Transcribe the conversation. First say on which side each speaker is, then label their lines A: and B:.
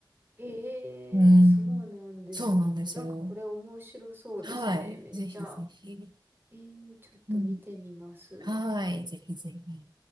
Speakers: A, on the right; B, on the right.
A: へえ、
B: うん。
A: そうなんですね。
B: そうなんですよ。
A: なんかこれ面白そうですね。
B: はい。
A: めっちゃ。
B: ぜひぜひ。
A: えー、ちょっと見てみます。
B: うん。はい。ぜひぜひ。